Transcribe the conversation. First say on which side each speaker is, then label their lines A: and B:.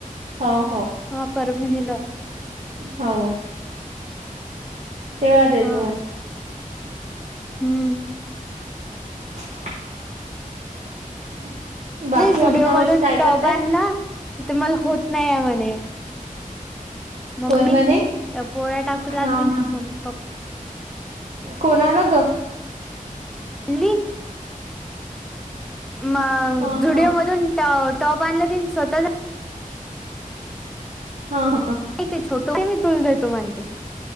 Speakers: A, on the right (about 55°); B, in the centre.
A: हो हो.
B: हा, परभणीला.
A: हो. तेव्हा देजो
B: हा.
A: मग
B: हम्म.
A: <inaudible>
B: नाई झुडिओ
A: अमता मावशी
B: मधून
A: काय
B: टॉप
A: करताय
B: आणला, त मला होत नाही ये म्हणे. मम्मी,
A: कोण म्हणे
B: या पोळ्या टाकू लागली
A: हा हा
B: ना म पप्
A: कोणाला ग?
B: म्हणली, क मा..
A: हा
B: झुडीओ
A: हा
B: मधून टॉ टॉप आणला तीन स्वतः
A: हा हा..
B: ते छोटु मी तुल देतो म्हणते.